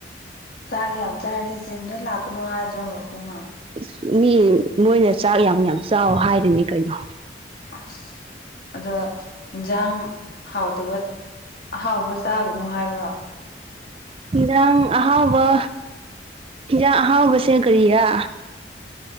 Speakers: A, on the left (about 55°); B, on the right (about 30°).
A: ꯆꯥꯛ ꯌꯥꯝ ꯆꯥꯔꯗꯤ ꯖꯤꯝꯗ ꯂꯥꯛꯀꯅꯨ ꯍꯥꯏꯗ꯭ꯔꯣ ꯃꯄꯨꯅ꯫
B: ꯏꯁ ꯃꯤ ꯃꯣꯏꯅ ꯆꯥꯛ ꯌꯥꯝ ꯌꯥꯝ ꯆꯥꯑꫭ ꯍꯥꯏꯔꯤꯅꯤ ꯀꯩꯅꯣ꯫
A: ꯑꯁ ꯑꯗꯣ ꯏꯟꯖꯥꯡ ꯍꯥꯎꯇꯕ ꯑꯍꯥꯎꯕ ꯆꯥꯒꯅꯨ ꯍꯥꯏꯕ꯭ꯔꯣ꯫
B: ꯍꯤꯟꯖꯥꯡ ꯑꯍꯥꯎꯕ ꯍꯤꯟꯖꯥꯡ ꯑꯍꯥꯎꯕꯁꯦ ꯀꯔꯤꯔꯥ꯫